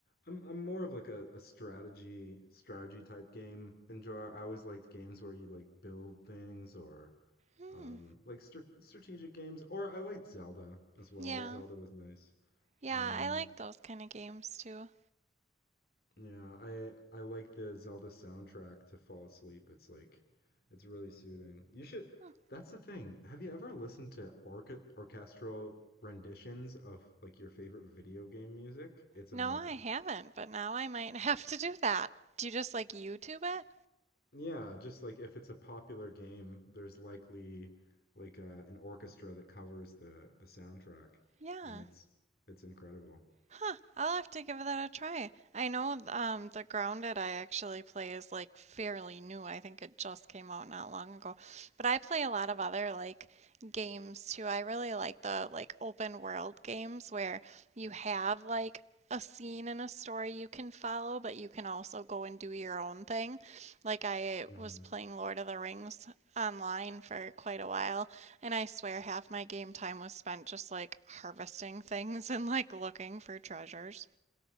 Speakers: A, on the left; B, on the right.
A: I'm I'm more of like a, a strategy strategy type game enjoyer. I always liked games where you like build things or
B: Hmm.
A: um, like str strategic games, or I liked Zelda as well.
B: Yeah.
A: Zelda was nice.
B: Yeah,
A: Um,
B: I like those kind of games too.
A: Yeah, I I like the Zelda soundtrack to fall asleep. It's like it's really soothing. You should
B: Hmm.
A: that's the thing. Have you ever listened to orca orchestral renditions of like your favorite video game music? It's amazing.
B: No, I haven't, but now I might <laughs> have to do that. Do you just like YouTube it?
A: Yeah, just like if it's a popular game, there's likely like uh, an orchestra that covers the the soundtrack
B: Yeah.
A: and it's it's incredible.
B: Huh, I'll have to give that a try. I know um the Grounded I actually play is like fairly new. I think it just came out not long ago. But I play a lot of other like games too. I really like the like open world games where you have like a scene and a story you can follow, but you can also go and do your own thing. Like I
A: Mm-hmm.
B: was playing Lord of the Rings online for quite a while and I swear half my game time was spent just like harvesting things <laughs> and like looking for treasures.